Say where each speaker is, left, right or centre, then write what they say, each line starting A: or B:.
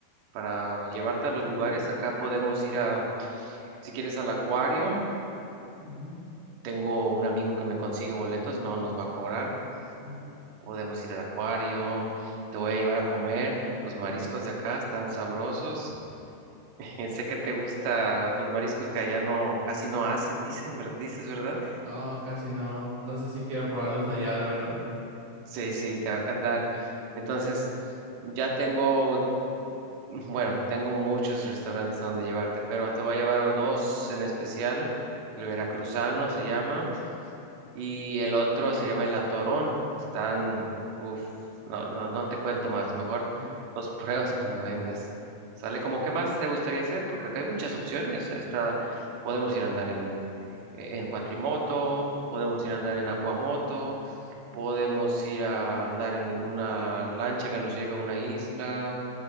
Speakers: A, on the right (about 85°); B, on the right (about 60°).
A: para llevarte a los lugares. Acá podemos ir a, si quieres, al acuario.
B: ujú,
A: Tengo un amigo que me consigue boletos, no nos va a cobrar.
B: ujú.
A: Podemos ir al acuario, te voy a llevar a comer. Los mariscos de acá están sabrosos. <laughs> Sé que te gustan los mariscos que allá no, casi no hacen, dicen, ver- dices, ¿verdad?
B: No, casi no. Entonces sí quiero probarlos allá, la verdad.
A: Sí, sí, te va a encantar. Entonces, ya tengo, <laughs> bueno, tengo muchos restaurantes a donde llevarte, pero te voy a llevar a dos en especial. El veracruzano se llama. Y el otro se llama el Atorón. Están, uff, no, no, no te cuento más, mejor
B: Eh.
A: los <laughs> pruebas cuando vengas. Sale como, ¿qué más te gustaría hacer? Porque acá hay muchas opciones. Ahí Está, podemos ir a andar en, e-, en cuatrimoto, podemos ir a andar en acuamoto, podemos ir a andar en una lancha que nos lleve a una isla,